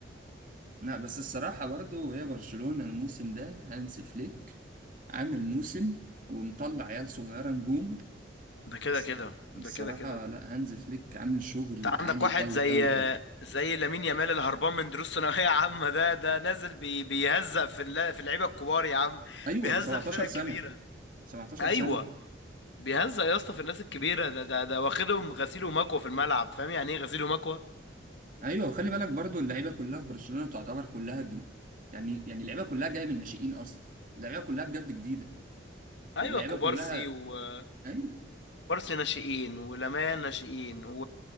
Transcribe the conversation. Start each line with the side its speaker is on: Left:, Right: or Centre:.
Right: لا بس الصراحة برضو هي برشلونة الموسم ده هانس فليك عامل موسم ومطلع عيال صغيرة نجوم
Left: ده كده
Right: الس-
Left: كده ده
Right: الصراحة
Left: كده كده
Right: لا هانز فليك عامل شغل
Left: انت
Right: عالي
Left: عندك واحد
Right: قوي
Left: زي
Right: قوي قوي
Left: زي لامين يامال اللي هربان من دروس ثانويه عامه ده ده نازل بي بيهزق في الل- في اللعيبه الكبار يا عم
Right: ايوه
Left: بيهزق
Right: ده 17
Left: في الفرق الكبيره
Right: سنة 17
Left: ايوه
Right: سنة
Left: بيهزق يا اسطى في الناس الكبيره ده ده ده واخدهم غسيل ومكوى في الملعب فاهم يعني ايه غسيل ومكوى
Right: ايوه وخلي بالك برضو اللعيبة كلها في برشلونة تعتبر كلها ج... يعني يعني اللعيبة كلها جاية من الناشئين اصلا اللعيبة كلها بجد جديدة
Left: ايوه
Right: واللعيبة
Left: كوبارسي
Right: كلها
Left: وكوبارسي
Right: ايوه
Left: ناشئين ولامان ناشئين و...